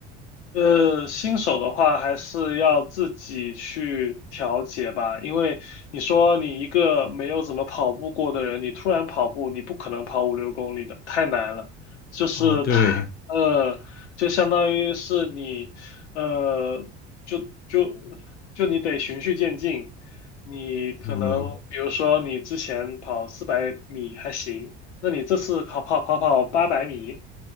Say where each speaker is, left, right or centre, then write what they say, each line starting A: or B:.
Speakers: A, on the left; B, on the left.
A: 呃，新手的话还是要自己去调节吧，因为你说你一个没有怎么跑步过的人，你突然跑步，你不可能跑五六公里的，太难了。就是他，
B: 哦，对，
A: 呃，就相当于是你，呃，就就就你得循序渐进。你可能比如说你之前跑四百米还行，
B: 嗯
A: 那你这次跑跑跑跑八百米。